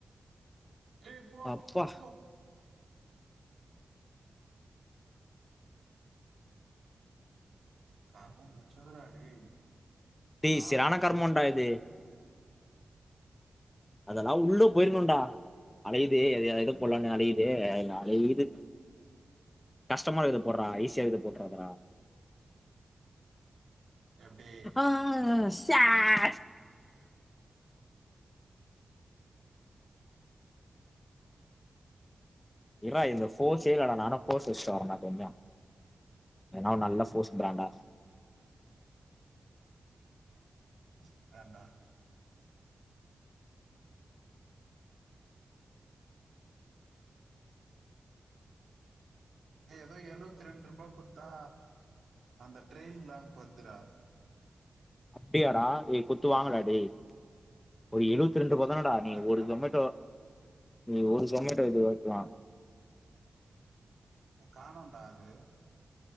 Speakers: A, on the right; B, on the left.
A: ஏ போ
B: அப்பா
A: போ போ கருமோ புச்சதுடா டேய்
B: டேய்
A: ஆஹா
B: செரியான கர்மோண்டா
A: ஆஹா
B: இது அதெல்லா உள்ள போயிருக்கணுடா அலையுதே அது எ எத போல்லான்னு அலையுதே அ அலையுது கஸ்டமா இருக்குறத போட்றா ஈஸியா இருக்கறத போட்றாதடா
A: எப்டி
B: ஆ ஸாட் இர்றா இந்த ஃபோர்ஸே இல்லடா நானு ஃபோர்ஸ் வெச்சுட்டு வரேன்டா கொஞ்சோ எதனா நல்லா ஃபோர்ஸ் பிராண்டா
A: ஃபோர்ஸ் பிராண்டா எதோ எழுவத்தி ரெண்ட்ருபா குத்தா அந்த ட்ரெய்ன் பேங்க் வர்த்துடா
B: அப்டியாடா ஏ குத்து வாங்குடா டேய் ஒரு எழுவத்ரெண்ட்ருபா எத்தனடா
A: எங்கடா
B: நீ
A: அது
B: ஒரு
A: காணாம
B: ஜொமேட்டோ
A: போச்சு
B: நீ ஒரு ஜொமேட்டோ இது வெக்கலா
A: இப்ப காணோன்டா அது